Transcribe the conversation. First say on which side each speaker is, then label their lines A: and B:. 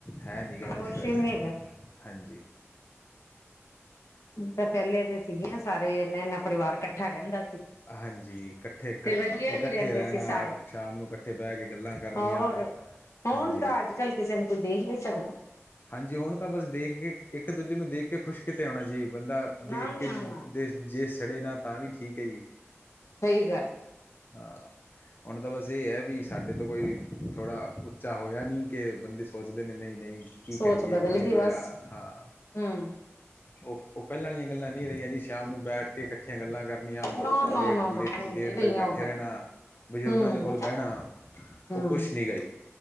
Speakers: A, on the left; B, on the left.
A: ਹੈ ਨਹੀਂ ਗਾ
B: ਕੁਛ
A: ਖੁਸ਼ ਵੈਸੇ
B: ਹੀ ਨੀ ਹੈਗਾ
A: ਹਾਂਜੀ।
B: ਤਾਂ ਪਹਿਲੇ ਤਾਂ ਸੀਗੀਆਂ ਸਾਰੇ ਇਹਨਾਂ ਇਨਾ ਪਰਿਵਾਰ ਇਕੱਠਾ ਰਹਿੰਦਾ ਸੀ।
A: ਹਾਂਜੀ ਇਕੱਠੇ ਕੱਠ
B: ਤੇ ਵਧੀਆ
A: ਇਕੱਠੇ
B: ਵੀ ਰਹਿੰਦੇ
A: ਰਹਿਣਾ
B: ਸੀ ਸਾਰੇ
A: ਸ਼ਾਮ ਨੂੰ ਇਕੱਠੇ ਬਹਿ ਕੇ ਗੱਲਾਂ ਕਰਨੀਆਂ
B: ਹੋਰ ਹੁਣ
A: ਹਾਂਜੀ
B: ਤਾਂ ਅੱਜ ਕੱਲ ਕਿਸੇ ਨੂੰ ਕੋਈ ਦੇਖ ਨਹੀਂ ਸਕਦਾ
A: ਹਾਂਜੀ ਹੁਣ ਤਾਂ ਬਸ ਦੇਖ ਕੇ ਇੱਕ ਦੂਜੇ ਨੂੰ ਦੇਖ ਕੇ ਖੁਸ਼ ਕਿਤੇ ਆਉਣਾ ਜੀ ਬੰਦਾ ਦੇਖ
B: ਨਾ ਨਾ
A: ਕੇ ਦੇ
B: ਨਾ
A: ਜੇ ਸੜੇ ਨਾ ਤਾਂ ਵੀ ਠੀਕ ਹੈ ਜੀ
B: ਸਹੀ ਗੱਲ
A: ਹਾਂ ਹੁਣ ਤਾਂ ਬਸ ਇਹ ਹੈ ਵੀ ਸਾਡੇ ਤੋਂ ਕੋਈ ਥੋੜ੍ਹਾ ਉੱਚਾ ਹੋਇਆ ਨਹੀਂ ਕਿ ਬੰਦੇ ਸੋਚਦੇ ਨੇ ਨਹੀਂ- ਕੀ
B: ਸੋਚ
A: ਕਰੀਏ
B: ਬਦਲ
A: ਕਿਵੇਂ
B: ਗਈ
A: ਹੋਇਆ
B: ਬਸ
A: ਹਾਂ
B: ਹਮ
A: ਉਹ-ਉਹ ਪਹਿਲਾਂ ਵਾਲੀਆਂ ਗੱਲਾਂ ਨਹੀਂ ਰਹੀਆਂ ਜੀ ਸ਼ਾਮ ਨੂੰ ਬੈਠ ਕੇ ਇਕੱਠੀਆਂ ਗੱਲਾਂ ਕਰਨੀਆਂ
B: ਨਾ ਨਾ
A: ਲੇਟ
B: ਨਾ
A: ਲੇ
B: ਨਾ ਹੁਣ
A: ਲੇਟ
B: ਨੀ ਰਹੀਆਂ
A: ਤੱਕ ਬੈਠੇ
B: ਉਹ ਗੱਲ
A: ਰਹਿਣਾ ਬਜ਼ੁਰਗਾਂ
B: ਹਮ
A: ਦੇ ਕੋਲ ਬਹਿਣਾ
B: ਹਮ
A: ਉਹ ਕੁਛ ਨਹੀਂ ਗਾ ਜੀ